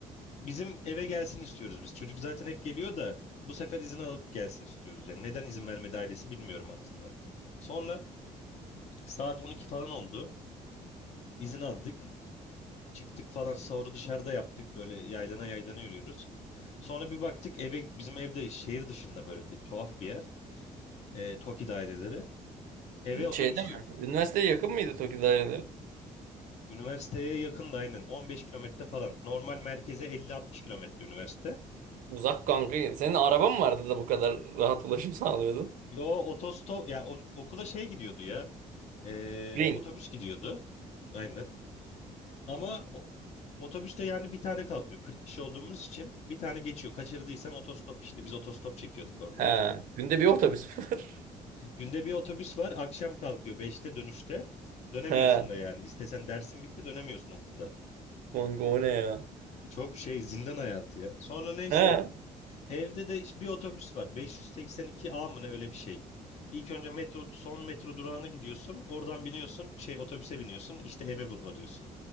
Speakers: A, on the left; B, on the right.
A: Bizim eve gelsin istiyoruz biz. Çocuk zaten hep geliyor da bu sefer izin alıp gelsin istiyoruz. Yani neden izin vermedi ailesi bilmiyorum aslında. Sonra saat 12 falan oldu. İzin aldık. Çıktık falan sahuru dışarıda yaptık. Böyle yaylana yaylana yürüyoruz. Sonra bir baktık eve bizim evde şehir dışında böyle di- tuhaf bir yer. E, TOKİ daireleri. Eve otobüs
B: Şeyde mi?
A: yok.
B: Üniversiteye yakın mıydı TOKİ daireleri?
A: Üniversiteye yakın da aynen 15 kilometre falan. Normal merkeze 50-60 kilometre üniversite.
B: Uzak kanka. Senin araban mı vardı da bu kadar rahat ulaşım <laughs> sağlıyordun?
A: Yo otostop ya o- okula şey gidiyordu ya. Ee,
B: Ring.
A: otobüs gidiyordu. Aynen. Ama o- otobüste yani bir tane kalkıyor. kırk kişi olduğumuz için bir tane geçiyor. Kaçırdıysan otostop işte. Biz otostop çekiyorduk oradan
B: Ha.
A: çok.
B: Günde bir otobüs mü var? <laughs>
A: Günde bir otobüs var. Akşam kalkıyor beşte dönüşte. Dönemiyorsun
B: Ha.
A: da yani. İstesen dersin bitti dönemiyorsun okuldan.
B: Kanka o ne ya?
A: Çok şey zindan hayatı ya. Sonra neyse
B: Ha.
A: Evde de bir otobüs var. 582A mı ne öyle bir şey. İlk önce metro son metro durağına gidiyorsun. Oradan biniyorsun. Şey otobüse biniyorsun. İşte eve varıyorsun.